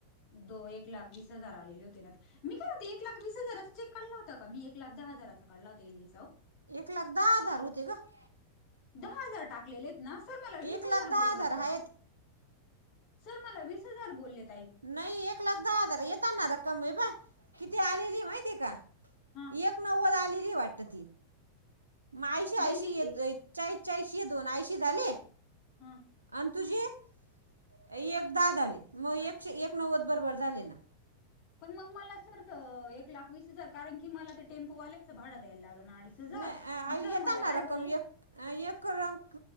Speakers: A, on the left; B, on the right.
A: दो एक लाख वीस हजार आल नेले होते ना. मी काय म्हणते एक लाख वीस हजारचा चेक काढला होता का मी? एक लाख दहा हजारचा काढला होता एल जी चा ओ?
B: एक लाख दहा हजार होते गं.
A: दहा हजार टाकलेलेत ना. सर मला वीस
B: एक
A: हजार
B: लाख दहा
A: बोलले पण.
B: आहेत
A: सर मला वीस हजार बोललेत.
B: नाही एक लाख दहा हजारे. येताना र क्कम हिबा, किती आलेली माहिती आहे का?
A: हा
B: एक नव्वद आलेली वाटत ती. मग ऐशी ऐंशी
A: एल जीची
B: एक चाळीस चाळीस हे दोन ऐंशी झाले.
A: हं.
B: अन तुझे एक दहा झाले. मग एकशे एक नव्वद बरोबर झाले ना
A: पण मग मला सर तर एक लाख वीस हजार, कारण की मला ते टेम्पोवाल्याचं भाड द्यायला लावलं ना अडीच हजार
B: नाही ए
A: मग
B: आई
A: सर
B: येताना
A: मला काय
B: रक्कम
A: बोलले
B: एक अं एक करम